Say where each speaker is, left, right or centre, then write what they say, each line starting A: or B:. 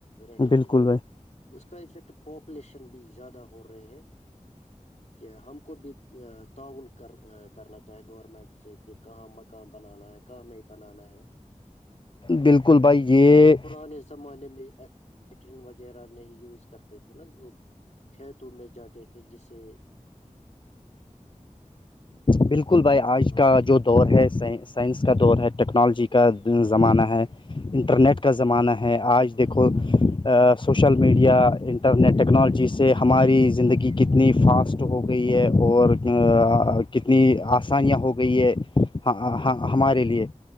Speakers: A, on the left; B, on the left.
A: رہنے
B: بالکل
A: کے لیے
B: بھائی
A: اس کا افیکٹ پاپولیشن بھی زیادہ ہو رہے ہے کہ ہم کو بھی تعاون کر کرنا چاہ چاہے گورنمنٹ سے کہ کہاں مکان بنانا ہے کہاں نہیں بنانا ہے
B: بالکل بھائی یہ
A: اور پرانے زمانے میںٹرین وغیرہ نہیں یوز کرتے تھے نا لوگ کھیتوں میں جاتے تھے جسے
B: بالکل بھائی آج
A: ہاں
B: کا جو دور ہے سائنس کا دور ہے ٹیکنالوجی کا زمانہ ہے انٹرنیٹ کا زمانہ ہے ہیں آج
A: ہاں
B: دیکھو
A: بالکل
B: سوشل میڈیا انٹرنیٹ ٹیکنالوجی سے ہمارے میری زندگی کتنی فاسٹ ہو گئی ہے اور کتنی آسانیاں ہو گئی ہے ہاں ہاں ہمارے لیے